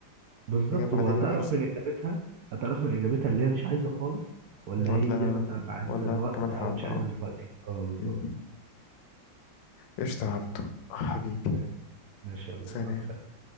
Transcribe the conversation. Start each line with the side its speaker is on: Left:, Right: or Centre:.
Right: بالظبط
Left: هي بعدين
Right: وهتعرف
Left: لو حست
Right: من اجابتها هتعرف من اجابتها اللي هي مش عايزه خالص ولا
Left: ولا
Right: هي مثلا عايزه
Left: ولا
Right: وقت
Left: كمان
Right: او
Left: حبة
Right: مش عايزه
Left: اه
Right: دلوقتي اه بالظبط
Left: مم. قشطة يا عبدو حبيبي
Right: ماشي ماشي يا مو
Left: سلام
Right: مع السلامه